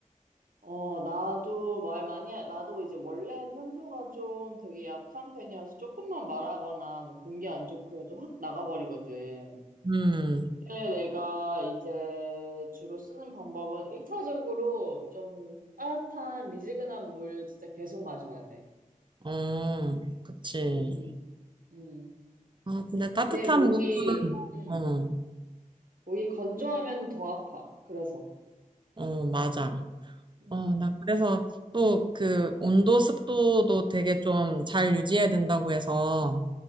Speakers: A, on the right; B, on the right.
A: 어, 나도 말 많이, 하- 나도 이제 원래 편도가 좀 되게 약한 편이어서 조금만 말하거나 뭐 공기 안 좋고 해도 확 나가버리거든.
B: 음,
A: 그때 내가 이제 주로 쓰는 방법은 1차적으로 좀 따뜻한 미지근한 물 진짜 계속 마셔야 돼.
B: 어, 그치.
A: 응응. 응 응.
B: 아, 근데 따뜻한
A: 이게 목이,
B: 목은,
A: 응
B: 어,
A: 목이 건조하면 더 아파. 그래서.
B: 어, 맞아.
A: 응.
B: 어, 나 그래서 또 그 온도 습도도 되게 좀 잘 유지해야 된다고 해서